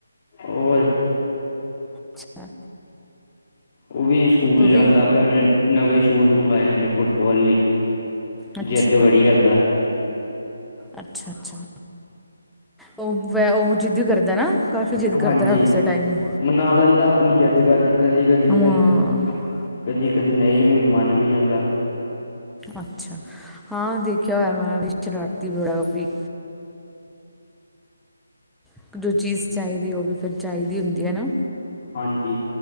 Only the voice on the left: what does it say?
ਔਰ।
ਉਹ ਵੀ ਸਕੂਲ
ਜਾਂਦਾ
ਪਿਆ ਹੁਨੇ, ਨਵੇਂ ਸ਼ੂਜ ਮੰਗਵਾਏ ਉਨੇ ਫੁੱਟਬਾਲ ਲਈ।
ਜਿੱਦ ਬੜੀ ਕਰਦਾ
ਹਾਂਜੀ
ਮਨਾ ਲੈਂਦਾ ਆਪਣੀ ਜਿੱਦ ਕਰਕੇ ਕਦੀ ਕਦੀ
ਫਿਰ ਕਦੀ ਕਦੀ ਨਹੀਂ ਵੀ ਮਨ ਵੀ ਜਾਂਦਾ
ਹਾਂਜੀ।